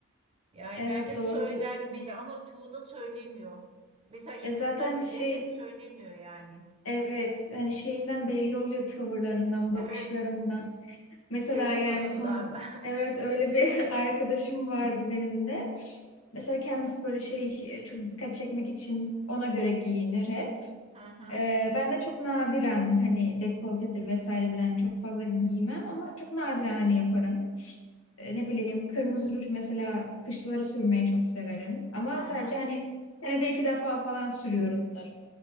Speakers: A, on the right; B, on the left.
A: Yani
B: Evet
A: bence söylenmeli
B: doğru diyorsun.
A: ama çoğu da söylemiyor. Mesela yakışsa
B: E zaten
A: bile
B: şey
A: de söylemiyor yani.
B: Evet, hani şeyinden belli oluyor tavırlarından, bakışlarından.
A: Evet.
B: Mesela
A: Ses
B: yani
A: tonundan.
B: son
A: <laughs>
B: evet öyle bir <laughs> arkadaşım vardı benim de. Mesela kendisi böyle şey e, çok dikkat çekmek için ona göre giyinir hep.
A: Hı hı,
B: Ee, ben de çok nadiren hani dekoltedir vesairedir hani çok fazla giymem ama çok nadiren hani yaparım. Ee, ne bileyim kırmızı ruj mesela kışları sürmeyi çok severim. Ama
A: hı
B: sadece
A: hı,
B: hani senede iki defa falan sürüyorumdur.